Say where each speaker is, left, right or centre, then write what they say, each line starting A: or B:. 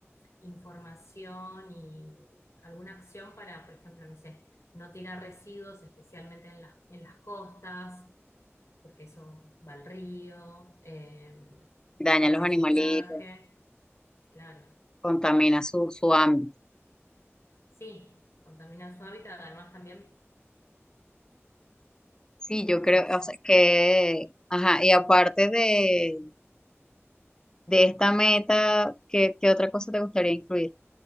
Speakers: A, on the left; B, on the left.
A: información y alguna acción para, por ejemplo, no sé no tirar residuos, especialmente en las, en las costas, porque eso va al río, eh,
B: dañan
A: de
B: los
A: reciclaje,
B: animalitos,
A: claro.
B: contamina su, su ámbito.
A: Sí, contaminar su hábitat, además también
B: Sí, yo
A: conciencia,
B: creo, o sea, que, ajá, y aparte de de esta meta, ¿qué, qué otra cosa te gustaría incluir?